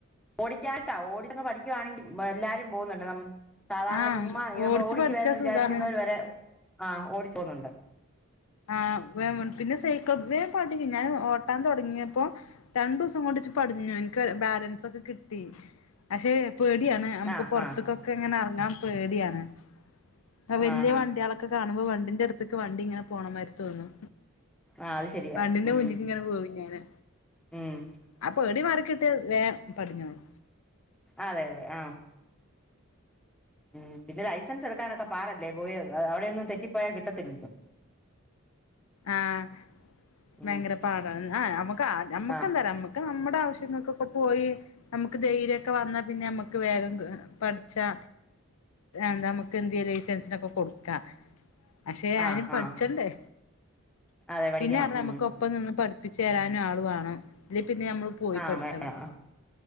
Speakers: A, in the centre; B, on the left.
A: ഓടിക്കാട്ട ഓടിച്ചങ്ങ് പഠിക്കുവാണെങ്കി എല്ലാരും പോവുന്നുണ്ട് നം സാധാരണ
B: ആ
A: ചുമ്മാ നമ്മൾ
B: ഓടിച്ചു
A: ഓടിക്കു
B: പഠിച്ചാ
A: വേലന്ന്
B: സുഖാണ്
A: വിചാരിക്കുന്നവര് വരെ ആഹ് ഓടിച്ചോവ്ന്നുണ്ട്.
B: ആഹ് വേം പിന്നെ സൈക്കൾ വേ പടിം ഞാൻ ഓട്ടാൻ തൊടങ്ങിയപ്പോ രണ്ടൂസം കൊണ്ട് ഇച്ച് പഠിഞ്ഞു എൻക്ക് ബാലൻസ് ഒക്കെ കിട്ടി. പഷേ പേടിയാണ് അമുക്ക്
A: ആഹ്
B: പൊർത്ത്ക്കൊക്കെങ്ങനെ
A: ആഹ്
B: എറങ്ങാൻ പേടിയാണ്. അത് വല്യ
A: ആഹ് ആഹ്
B: വണ്ട്യേളൊക്കെ കാണുമ്പോ വണ്ടിന്റെ അടുത്ത്ക്ക് വണ്ടി ഇങ്ങനെ പോണമാരി തോന്നും
A: ആ അത് ശരിയാ
B: വണ്ടിന്റെ
A: ഉം
B: മുന്ന്ക്ക് ഇങ്ങനെ പോവും ഞാന്
A: ഉം
B: ആ പേടി മാറിക്കിട്ട്യാ വേം പടിഞ്ഞോളും.
A: അതെ അതെ ആഹ് ഉം പിന്നെ ലൈസൻസ് എട്ക്കാനൊ ക്കെ പാടല്ലേ പോയ അവിടെയൊന്നും തെറ്റിപ്പോയാ കിട്ടത്തില്ലല്ലോ.
B: ആഹ്
A: ഉം
B: വയങ്കര പാടാ ആ നമ്മക് നമ്മുക്ക്
A: ആ
B: എന്താറ്യോ നമ്മുക്ക് നമ്മ ടെ ആവശ്യങ്ങക്കൊക്കെ പോയി നമുക്ക് ധൈര്യൊക്കെ വന്നാ പിന്നെ നമ്മുക്ക് വേഗം പഠിച്ചാ എന്താ നമുക്ക് എന്തേയ്യ ലൈസൻസിനൊക്കെ കൊടുക്കാ പക്ഷെ
A: ആ
B: അയിന് പഠിച്ചണ്ടേ.
A: ആ അതെ പഠിക്കണം
B: പിന്നെ പറഞ്ഞ
A: ഉം
B: നമ്മക്ക് ഒപ്പം നിന്ന് പഠി പ്പിച്ചേരാനും ആളു വാണം ല് പിന്നെ നമ്മള് പോയി
A: ആ
B: പഠിച്ചണം.
A: വേണം